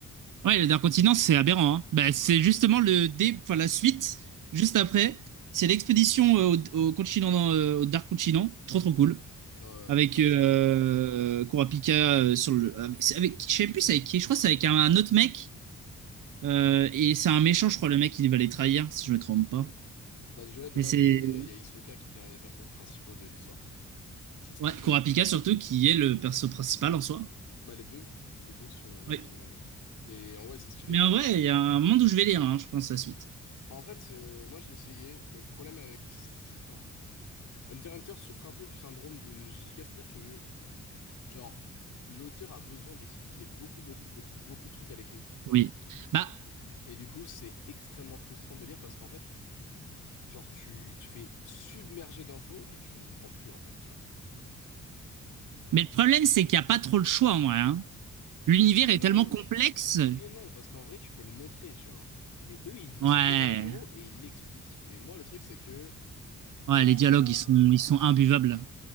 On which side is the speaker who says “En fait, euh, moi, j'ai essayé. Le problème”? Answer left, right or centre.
Left